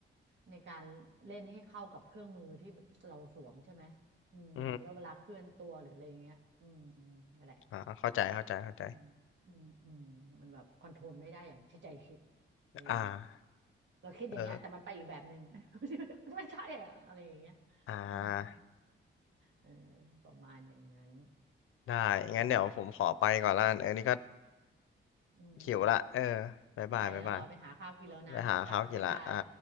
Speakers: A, on the right; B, on the left.
A: ในการเล่นให้เข้ากับเครื่องมือที่เราสวมใช่ไหมอืมแล้วเวลาเคลื่อนตัวหรืออะไรอย่างเงี้ยอืม
B: อืม
A: นั่นแหละ
B: อ่าเข้าใจเข้าใจเข้าใจ
A: อืมอืมอืมมันแบบคอนโทรลไม่ได้อย่างที่ใจคิดอะไรอย่างเงี้ย
B: อ่า
A: เราคิดอย่างเงี้ยแต่มันไปอีกแบบหนึ่ง
B: เออ
A: <laughs> มันไม่ใช่อะอะไรอย่างเงี้ย
B: อ่า
A: อืมเออประมาณอย่างนั้น
B: ได้งั้นเดี๋ยวผมขอไปก่อนละกันเออนี่ก็
A: อืมอืม
B: หิวละเออบ๊ายบายบ๊ายบาย
A: ไปแล้วเหรอไปหาข้าวกินแล้วนะจ้ะบ๊ายบาย
B: ไปหาข้าวกินละอ่า